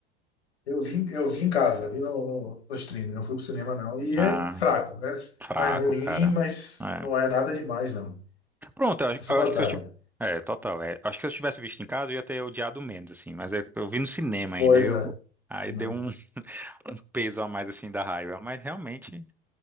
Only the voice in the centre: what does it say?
Ah,
fraco,
cara.
É.
Pronto, eu,
acho eu
acho
que se eu tivesse... É, total, é. Acho que se eu tivesse visto em casa, eu ia ter odiado menos, assim, mas eu, eu vi no cinema ainda,
eu...
Aí
deu um... um peso a mais assim da raiva, mas realmente,